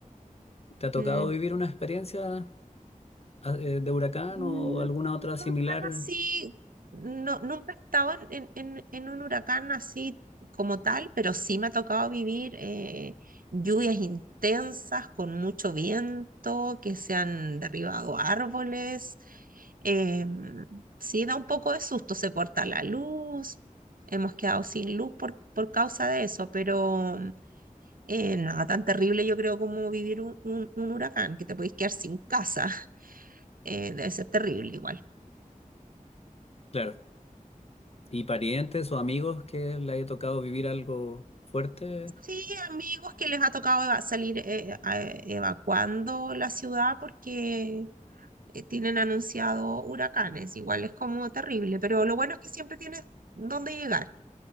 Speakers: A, on the left; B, on the right.
A: ¿Te ha tocado
B: Mm.
A: vivir una experiencia ah, eh, de huracán
B: No,
A: o alguna
B: no
A: otra similar?
B: tan así, no, nunca he estado en, en- en- en un huracán así como tal, pero sí me ha tocado vivir eh, lluvias intensas con mucho viento, que se han derribado árboles. em, sí, da un poco de susto, se corta la luz, hemos quedado sin luz por, por causa de eso, pero eh, nada tan terrible yo creo como vivir un, un- un huracán, que te podéis quedar sin casa, <laughs> eh, debe ser terrible igual.
A: Claro. ¿Y parientes o amigos que le haya tocado vivir algo fuerte?
B: Sí, amigos que les ha tocado eva- salir eh, a- evacuando la ciudad porque eh, tienen anunciado huracanes. Igual es como terrible, pero lo bueno es que siempre tienes dónde llegar.